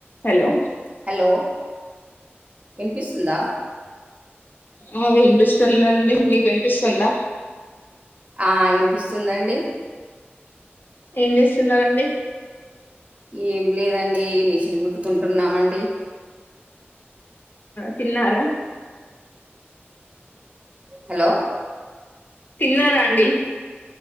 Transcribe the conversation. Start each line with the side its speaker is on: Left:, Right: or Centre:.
Left: హలో
Right: హలో వినిపిస్తుందా
Left: ఆ వినిపిస్తుందండి మీకు వినిపిస్తుందా
Right: ఆ వినిపిస్తుందండి
Left: ఏం చేస్తున్నరండి
Right: ఏం లేదండి మిషన్ కుట్టుకుంటున్నామండి
Left: తిన్నారా
Right: హలో
Left: తిన్నారా అండి